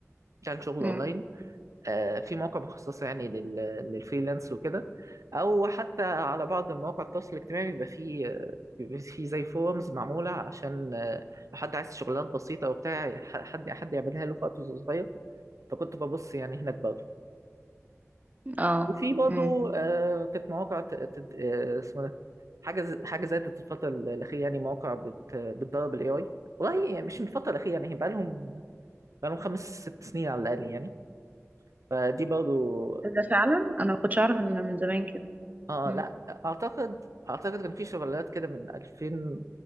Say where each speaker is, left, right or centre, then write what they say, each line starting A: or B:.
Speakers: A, on the right; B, on the right.
A: بتعلن شغل
B: امم
A: اونلاين آه، في مواقع مخصصه يعني لل للفريلانس وكده او حتى على بعض مواقع التواصل الاجتماعي بيبقى فيه آه، بيبقى فيه زي فورمز معموله عشان آه، لو حد عايز شغلانات بسيطه وبتاع ح- حد حد يعملها له في وقت صغير فكنت ببص يعني هناك برضه
B: اه
A: وفي برضه
B: امم
A: آه، كانت مواقع ت- ت- آه، اسمه ده حاجه ز- حاجه زادت الفتره الاخيره يعني مواقع بت بتدرب الاي اي والله يعني مش من الفتره الاخيره يعني بقى لهم بقى لهم خمس ست سنين على الاقل يعني فدي برضه
B: ده فعلا انا ما كنتش اعرف ان من زمان كده
A: اه
B: امم
A: لا اعتقد اعتقد كان في شغلات كده من 2000